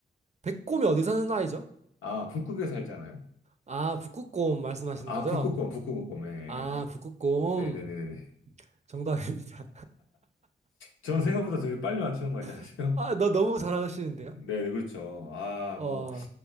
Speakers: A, on the right (about 35°); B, on the left (about 80°).
A: 백곰이 어디 사는 아이죠?
B: 아, 북극에 살잖아요?
A: 아, 북극곰 말씀하시는
B: 아,
A: 거죠?
B: 북극곰, 북극곰. 네.
A: 아, 북극곰.
B: 네네네네.
A: 정답입니다.
B: 저는 생각보다 되게 빨리 맞추는 것 같지 않으세요?
A: <laughs> 아, 너 너무 잘하시는데요?
B: <laughs> 네네, 그렇죠. 아,
A: 어,
B: 뭐,